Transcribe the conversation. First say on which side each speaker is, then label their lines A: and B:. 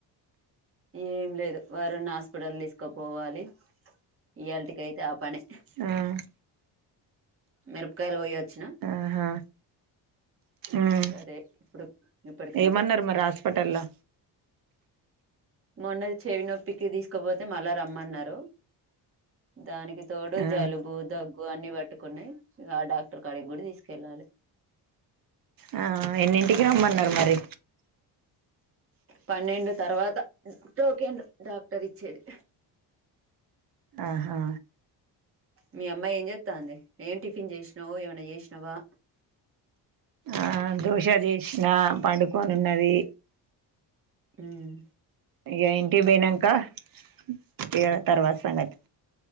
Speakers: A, on the right; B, on the right.
A: ఏం లేదు వారున్న హాస్పిటల్ తీసు తోక్కపోవాలి ఇయాలిటికైతే ఆ పనే
B: హ్మ్
A: మిరపకాయలు పోయొచ్చిన
B: ఆహా ఉమ్
A: ఇ అదే ఇప్పుడు ఇప్పటికైతే
B: ఏమన్నారు మరి హాస్పిటల్లో
A: మొన్నది చెవి నొప్పికి తీసుకు కాకపోతే మళ్ళా రమ్మన్నారు దానికి తోడు
B: ఆ
A: జలుబు దగ్గు అన్ని బట్ కొన్నాయి ఇ ఆ డాక్టర్ కాడికి కూడా తీసుకెళ్ళాలి
B: ఆ ఎన్నింటికి రమ్మన్నారు మరి
A: పన్నెండు తర్వాత టోకెన్ లు డాక్టర్ ఇచ్చేది
B: ఆహా
A: మీ అమ్మాయి ఏం చేతాంది ఏం టిఫిన్ చేసినావు ఏమన్న చేసినావా
B: ఆ దోశ చేసిన పండుకొని ఉన్నది
A: హ్మ్
B: ఇగా ఇంటికి పోయినాంక <inaudible> ఏ తర్వాత సంగతి